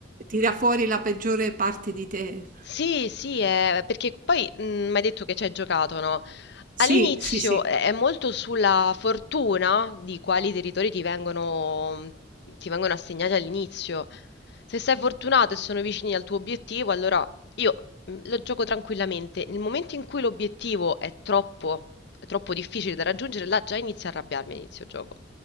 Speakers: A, on the right; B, on the left.
A: Tira fuori la peggiore parte di te.
B: sì, sì, eh, perché poi mh, mi hai detto che ci hai giocato, no?
A: Sì,
B: All'inizio
A: sì, sì.
B: è è molto sulla fortuna di quali territori ti vengono, mhmm, ti vengono assegnati all'inizio. Se sei fortunato e sono vicini al tuo obiettivo, allora io mh, lo gioco tranquillamente. Nel momento in cui l'obiettivo è troppo, è troppo difficile da raggiungere, là già inizio a arrabbiarmi a inizio gioco.